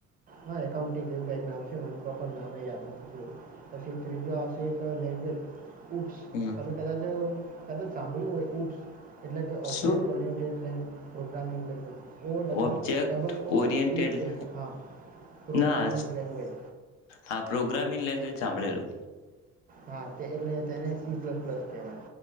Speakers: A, on the right; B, on the left.
A: હા એકાઉન્ટિંગ એવું કઈક નામ છે મને પ્રોપર નામે યાદ નથી જોું પછી ત્રીજો આવશે એક લેંગ્વેજ. <unintelligible>
B: હમ
A: કદાચ સાંભળ્યું હોય. એટલે કે ઓબ્જેકટ
B: શું
A: <unintelligible> પ્રોગ્રામિંગ <unintelligible> ઓ double
B: object
A: double O
B: oriented
A: P S હા પ્રોગ્રામિંગ
B: ના
A: લેંગ્વેજ
B: આ પ્રોગ્રામિંગ લેંગ્વેજ સાંભળેલું.
A: હા એટલે તેને સી પ્લસ પ્લસ કેવાય.